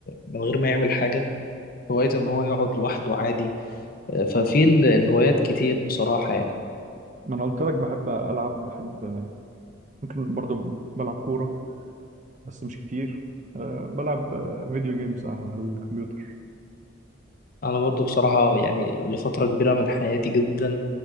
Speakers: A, on the left; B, on the right.
A: من غير ما يعمل حاجة هوايته إن هو يقعد لوحده عادي آه، ففي ال- الهوايات كتير بصراحة يعني
B: ما أنا قلت لك بحب ألعب بحب ممكن برضه بلعب كورة بس مش كتير أه، بلعب أه، فيديو جيمز على الكمبيوتر
A: أنا برضو بصراحة يعني لفترة كبيرة من حياتي جدا